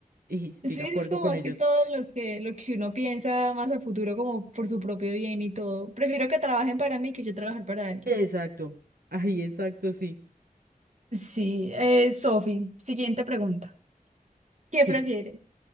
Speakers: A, on the right; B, on the right.
A: Y estoy
B: Sí, sí,
A: de acuerdo
B: es como
A: con
B: más
A: ellos.
B: que todo lo que, lo que uno piensa más a futuro, como por su propio bien y todo. Prefiero que trabajen para mí que yo trabajar para alguien.
A: Exacto. Ay, exacto, sí.
B: Sí, eh, Sofi, siguiente pregunta. ¿Qué
A: Sí.
B: prefieres?